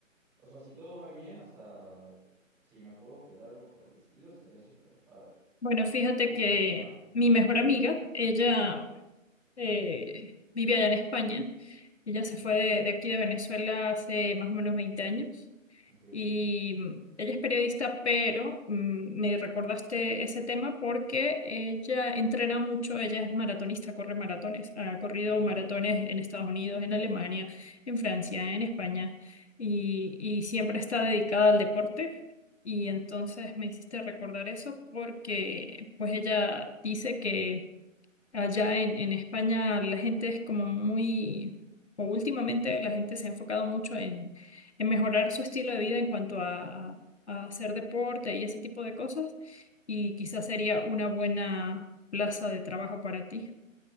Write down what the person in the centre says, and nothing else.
o sea, si todo va bien, hasta si me puedo quedar algo por el estilo, estaría súper padre.
Tú,
ajá,
ujú,
ok,
órale.